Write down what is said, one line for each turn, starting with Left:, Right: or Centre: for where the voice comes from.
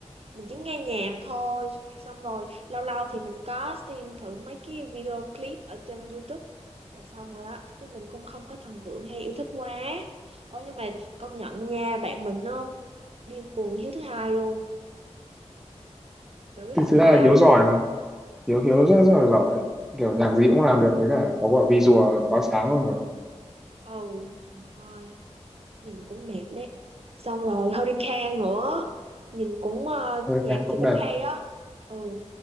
Right: mình chỉ nghe nhạc thôi. Xong rồi lâu lâu thì mình có xem thử mấy cái video clip ở trên YouTube là xong rồi đó. Chứ mình cũng không có thần tượng hay yêu thích quá. Ôi nhưng mà công nhận nha, bạn mình nó điên cuồng Hiếu thứ hai luôn. Bạn biết
Centre: Thì
Right: Hiếu thứ
Centre: thực
Right: hai
Centre: ra là Hiếu
Right: không?
Centre: giỏi Hiếu Hiếu rất, rất là giỏi kiểu nhạc gì cũng làm được với cả có quả visual quá sáng luôn rồi
Right: Ừ, trời ơi, nhìn cũng đẹp đấy. Xong rồi Hurricane nữa, nhìn cũng ờ,
Centre: hơi
Right: nhạc
Centre: khen cũng
Right: thì cũng
Centre: đẹp
Right: hay á. Ừ.